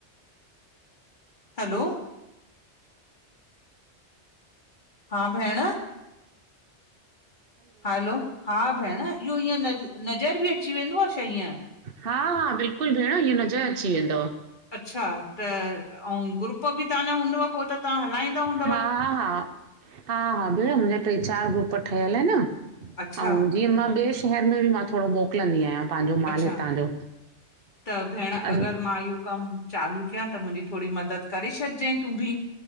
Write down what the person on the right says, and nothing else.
हा हा बिल्कुल भेण इह नज़र अची वेंदव।
हा-हा, हा-हा भेण मुहिंजा ट्रे-चार ग्रुप ठहयल ऐंन
अऊं जीअं मां ॿे शहेर में बि मां थोड़ो मो मोकलंदी आयां पान्ज़ो माल
हितां जो
अस